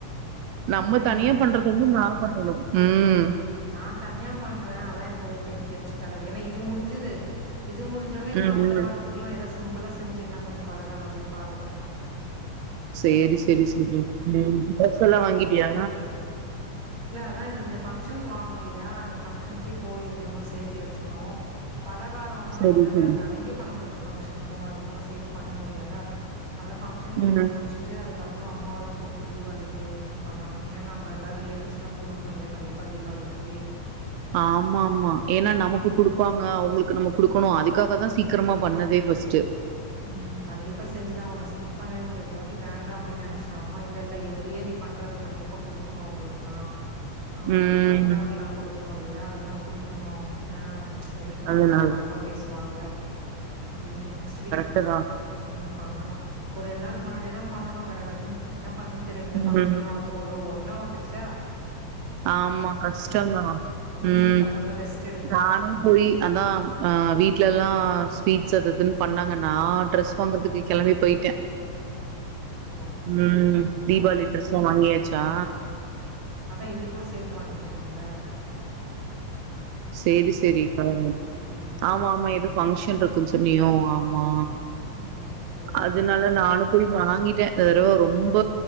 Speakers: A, on the right; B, on the right.
A: நம்ம
B: நான் இங்க
A: தனியா பண்றதோன்னு நா பண்ணணு ம்
B: நா தனியா பண்ற அதா எனக்கு ஒரே டென் டென்ஷன் தலவலி ஏன்னா இது முடிஞ்சிது இது முடிஞ்சோனே இன்னு
A: ம்.
B: அடுத்த வாரத்துக்குள்ள எதா சிம்பிளா செஞ்சர்லா கொஞ்சோ பலகாரோ அப்டின் பாத்துட்ருக்கே
A: சேரி சேரி <unintelligible> ம் டிரெஸ்
B: அதான்.
A: எல்லா வாங்கிட்டியா
B: ப்றோ இந்த ஃபங் ஷன்க்கு வாங்னு இல்லையா அந்த பங்க்ஷனுக்கே போயி ரெண்டு மூணு சேத்து எடுத்துட்டோ பலகாரோலா
A: சரி,
B: என்னால
A: சரி.
B: நெறைய பண்ண முடியு இந்த ஃபங்க்ஷன்க்கு அது துகுலா சேத்து பண்ண முடியாதா அதா ஃபங்ஷன்
A: ம்.
B: முடிச்சுட்டு அதுக்கு அப் அப்றோ அம்மாவ தா கூப்ட்டு தீபாவளிக்கு இதுதா பண்ணனு ஏன்னா நம்ம எல்லா ரிலேட்டிவ்ஸ்லா குடுக்கணு இல்லயா கண்டிப் ப தீவாளிக்கி
A: ஆமா ஆமா ஏன்னா நமக்கு குடுப்பாங்க அவங்களுக் நம்ம குடுக்கணு அதுக்காக தா சீக்கிரமா பண்ணதே ஃபஸ்டு
B: ம் கண்டிப்பா செஞ்சுதா ஆவணு ஸ்கிப் பண்ணவே முடியாது இந்த வாட்டி வேண்டா அப்டின்னு நெனைச்சே அம்மா இல்ல இல்ல இவரு பிரியாணி பண்றது கண்டிப்பா குடுக்கணு அவங்களுக்குல்லா அப்டின்னு
A: ம்.
B: இவுங்க அக்காக்குலா குடுக் குடுக்கணு இல்லயா அதெல்லா குடுக்கணு அப்டினு எதிர்பாப்பாங்க
A: அதனால.
B: தப்பா பேசுவாங்க அப்டின்னு நெக்ஸ்ட் வீக்
A: டுதா
B: உம் பண்ணணு ஒரு ரெண்நாள் முன்னாடி தா பண்ணனு கட கடனு என்ன பண்றன்னு தெரிய இந்த
A: ம்.
B: பங்க்ஷனு அதுவு ஒன்னா வந்துருசா
A: ஆமா கஷ்டந்தா
B: முடிஞ்சதுக்கு
A: உம்
B: அப்புறம் தான் ரெஸ்ட் எடுக்கணும்.
A: நானே போய் அதா அஹ் வீட்லேல்லா பீட்ஸ் அது இதுன்னு பண்ணாங்க நா ட்ரெஸ் வாங்குறதுக்கு கெளம்பி போயிட்ட
B: ஓகே
A: உம்
B: ஓகே அம்மா நீங்க
A: தீபாவளி
B: ஜாலியா
A: ட்ரெஸ்லா வாங்கியாச் ஜா
B: அதா இது கூட சேத்து வாங்கிட்டனேன்ல
A: செரி செரி இ பாருங்க
B: ம்.
A: ஆமா ஆமா எதோ ஃபங்ஷன் இருக் கொஞ்சோ நீயோ ஆமா
B: ஆமாமா. ம். அதுக்கு சேர்த்து வாங்கிட்டோம்.
A: அதனால நானு போய் வாங்கிட்ட இந்த தடவ ரொம்ப